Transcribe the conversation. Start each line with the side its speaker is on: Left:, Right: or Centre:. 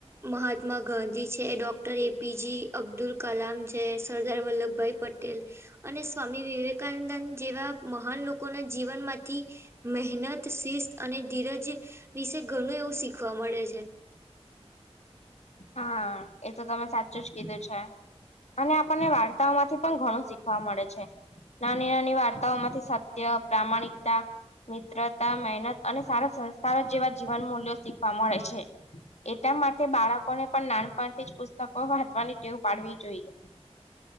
Right: મહાત્મા ગાંધી છે ડૉક્ટર એપીજી અબ્દુલ કલામ છે સરદાર વલ્લભભાઈ પટેલ અને સ્વામી વિવેકાનંદંદ જેવા મહાન લોકોના જીવનમાંથી મહેનત શિસ્ત અને ધીરજ વિશે ઘણું એવું શીખવા મળે છે.
Left: હા એ તો તમે સાચું જ કીધું છે. અને આપણને વાર્તાઓમાંથી પણ ઘણું શીખવા મળે છે. નાની નાની વાર્તાઓમાંથી સત્ય પ્રામાણિકતા મિત્રતા મહેનત અને સારા સંસ્કારો જેવા જીવન મૂલ્યો શીખવા મળે છે. એટ માટે બાળકોને પણ નાનપણથી જ પુસ્તકો વાંચવાની ટેવ પાડવી જોઈએ.